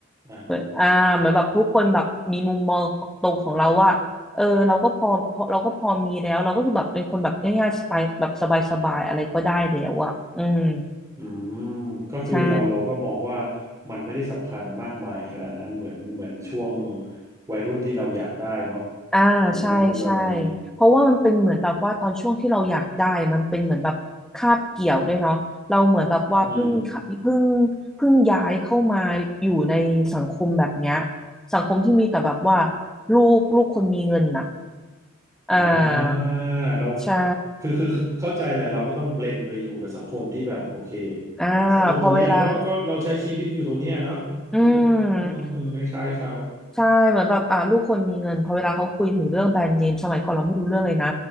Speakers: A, on the right; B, in the centre.
A: อ่าฮะ
B: เหมือนอ่าเหมือนแบบทุกคนแบบมีมุมมองตรงของเราว่า เออเราก็พอพอเราก็พอมีแล้วเราก็คือแบบเป็นคนแบบง่ายๆสบายแบบสบายๆอะไรก็ได้แล้วอ่ะอืม
A: อืมก็คือเราเราก็มองว่า
B: ใช่
A: มันไม่ได้สำคัญมากมายขนาดนั้นเหมือนเหมือนช่วงวัยรุ่นที่เราอยากได้เนาะ
B: อ่าใช่ใช่
A: ผมก็ต้องพูดแบบนี้
B: เพราะว่ามันเป็นเหมือนแบบว่าตอนช่วงที่เราอยากได้มันเป็นเหมือนแบบคาบเกี่ยวด้วยเนาะเราเหมือนแบบว่าเพิ่ง
A: อืม
B: เพิ่งเพิ่งย้ายเข้ามาอยู่ในสังคมแบบเนี้ยสังคมที่มีแต่แบบว่าลูกลูกคนมีเงินน่ะอ่า
A: อ่าเรา
B: ใช่
A: คือคือเข้าใจแหละเราก็ต้องเบลนไปอยู่กับสังคมที่แบบโอเค
B: อ่า
A: สังคมตรงเนี้ยก็ก็เราใช้ชีวิตอยู่ตรงเนี้ยเนาะก็ก็ต้องเป็นคล้ายๆเขา
B: พอเวลาอืม ใช่เหมือนแบบอ่าลูกคนมีเงินพอเวลาเขาคุยถึงเรื่องแบรนด์เนมสมัยก่อนเราไม่รู้เรื่องเลยนะ